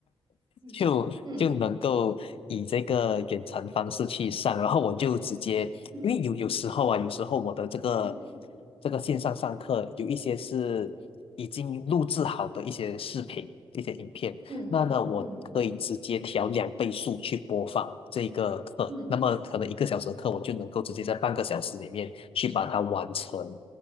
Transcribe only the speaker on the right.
嗯
嗯
嗯
嗯
嗯嗯嗯
嗯